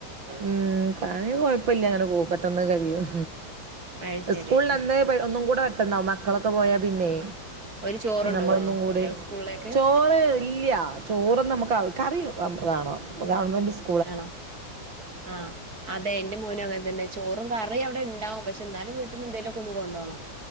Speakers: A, on the right (about 85°); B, on the right (about 50°).
A: ഉം പണി കൊഴപ്പില്ല അങ്ങനെ പോകും പെട്ടന്ന് കഴിയും
B: അത് ശരി
A: സ്കൂള്
B: ഉം
A: അന്നേ - ഇപ്പൊ ഒന്നും കൂടെ പെട്ടുന്നാവും. മക്കളൊക്കെ പോയാ പിന്നെ
B: ഓര് ചോറുണ്ടോവോ
A: നമ്മളൊന്നും
B: കുട്ടികള്
A: കൂടി
B: സ്കൂളിലേക്ക്
A: ചോറ് ഇല്യ ചോറും നമുക്ക് കറി വേണ ഗവൺമെന്റ് സ്
B: ആണോ ആഹ് അതെ എന്റെ മോനും അങ്ങനെ തന്നെ ചോറും കറിയും അവിടെ ഇണ്ടാവും പക്ഷെ എന്നാലും വീട്ടിൽന്ന് എന്തെലും ഒക്കെ ഒന്ന് കൊണ്ടോണം